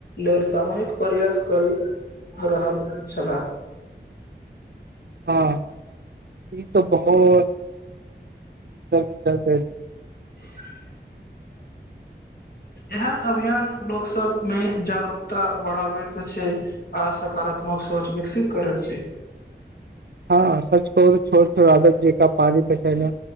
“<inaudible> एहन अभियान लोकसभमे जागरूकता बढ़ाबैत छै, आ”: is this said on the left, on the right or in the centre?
Left